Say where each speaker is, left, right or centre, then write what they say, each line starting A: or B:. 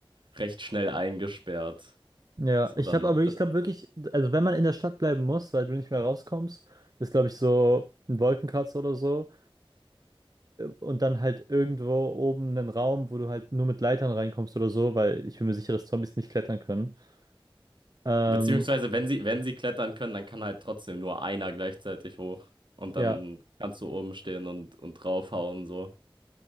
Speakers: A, on the right; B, on the right.
A: recht schnell eingesperrt.
B: Ja,
A: So,
B: ich
A: dann,
B: habe aber, ich glaube wirklich, also wenn man in der Stadt bleiben muss, weil du nicht mehr rauskommst, ist glaube ich so ein Wolkenkratzer oder so Und dann halt irgendwo oben einen Raum, wo du halt nur mit Leitern reinkommst oder so, weil ich bin mir sicher, dass Zombies nicht klettern können. Ähm,
A: Beziehungsweise, wenn sie, wenn sie klettern können, dann kann halt trotzdem nur einer gleichzeitig hoch. Und dann
B: ja,
A: kannst du oben stehen und, und draufhauen, so.